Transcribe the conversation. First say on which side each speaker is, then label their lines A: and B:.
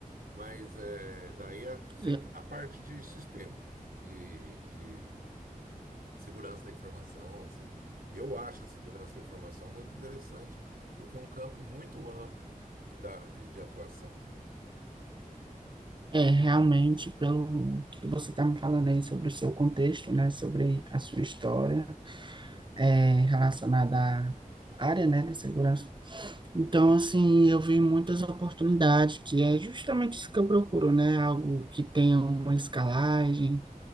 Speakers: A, on the right; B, on the right.
A: Mas é, daí é sempre
B: eu-
A: na parte de sistema, de, de segurança da informação, assim. Eu acho a segurança da informação muito interessante, porque é um campo muito amplo que dá de, de atuação. né?
B: é, realmente, pelo que você está me falando aí sobre o seu contexto, né? Sobre a sua história, é, relacionada à área, né, da segurança. Então, assim, eu vi muitas oportunidades, que é justamente isso que eu procuro, né? Algo que tenha uma escalagem,